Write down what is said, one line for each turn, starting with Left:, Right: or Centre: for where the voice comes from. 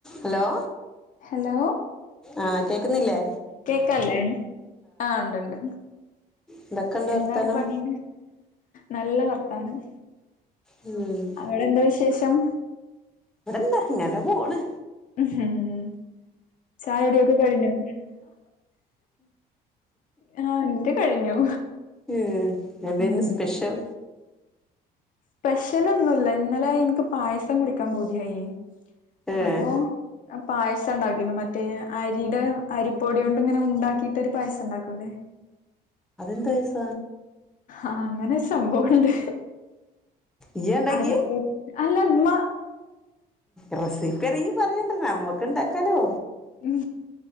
Centre: Hello
Left: hello
Centre: ആഹ് കേക്കുന്നില്ലേ
Left: കേക്കാല്ലേ ആഹ് ഉണ്ട്ണ്ട്
Centre: എന്തൊക്കെണ്ട്
Left: എന്താണ്
Centre: വർത്താനം
Left: പണി നല്ല വർത്താനം
Centre: ഉം
Left: അവിടെ എന്താ വിശേഷം
Centre: ഇവിടെ എന്താ ഇങ്ങനെ പോണ്
Left: ഉം ചായകുടിയൊക്കെ കഴിഞ്ഞോ ആഹ് എന്റെ കഴിഞ്ഞു
Centre: ഉം എന്ത
Left: ഉം
Centre: ഇന്ന് സ്പെഷൽ
Left: സ്പെഷ്യല് ഒന്നുമില്ല ഇന്നലെ എനിക്ക് പായസം കുടിക്കാൻ കൊതിയായി
Centre: ഏഹ്
Left: അപ്പൊ പായസം ഉണ്ടാക്കിരുന്നു മറ്റേ അരിയുടെ അരിപ്പൊടി കൊണ്ട് ഇങ്ങനെ ഉണ്ടാക്കിട്ടൊരു പായസം ഉണ്ടാക്കുല്ലേ
Centre: അതെന്ത് പായസ
Left: ആഹ് അങ്ങനെയൊരു സംഭവുണ്ട്
Centre: ഇയ്യാ ഇണ്ടാക്കിയേ
Left: അരിപ്പൊ അല്ലെ മ്മ
Centre: റസിപ്പി അറിയാമെങ്കിൽ പറയണ്ടെ നമ്മക്ക് ഉണ്ടാക്കാലോ
Left: ഉം